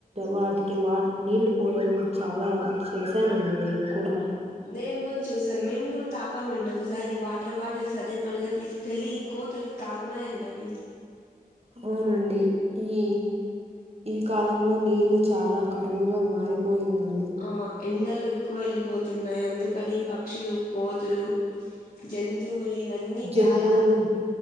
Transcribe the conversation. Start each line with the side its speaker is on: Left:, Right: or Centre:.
Right: వాటికి వా నీళ్ళు పోయడం చాలా చేశానండి నేను కూడా
Left: నేను కూడా చూసాం మేము కూడా తాపామండి ఒకసారి వాటర్ బాటిల్స్ అదే పనిగా తీసుకెళ్లి కోతుకి తాగునాయండి అవి
Right: అవునండి ఈ ఈ కాలంలో నీళ్లు చాలా కరువుగా మారిపోయిందం
Left: అవును ఎండలు ఎక్కువ వెళ్ళిపోతున్నాయి. అందుకని పక్షులు కోతులు జంతువులి ఇవన్నీ
Right: జంతువులు
Left: చాలా అంది